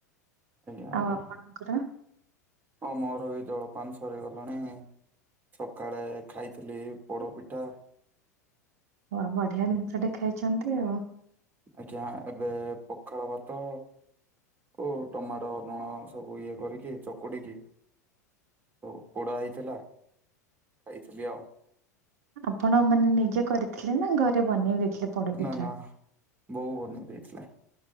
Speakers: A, on the right; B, on the right.
A: ଆଜ୍ଞା। ଆଜ୍ଞା
B: ଆଉ ଆପଣଙ୍କର?
A: ହଁ ମୋର ବି ଜଳପାନ ସରିଗଲାଣି ସକାଳେ ଖାଇଥିଲି ପୋଡ ପିଠା।
B: ଆ, ବଢିଆ ଜିନିଷ ଟେ ଖାଇଛନ୍ତି ଆଉ।
A: ଆଜ୍ଞା, ଏବେ ପଖାଳ ଭାତ ଓ, ଟମାଟୋ ଲୁଣ ସବୁ ଇଏ କରିକି ଚକୁଡ଼ିକି ତଉ ପୋଡ଼ା ହେଇଥିଲା, ଖାଇଥିଲି ଆଉ
B: ଆପଣ ମାନେ ନିଜେ କରିଥିଲେ ନା, ଘରେ ବନେଇ ଦେଇଥିଲେ? ପୋଡପିଠା?
A: ନା ନା, ବୋଉ ବନେଇ ଦେଇଥିଲା।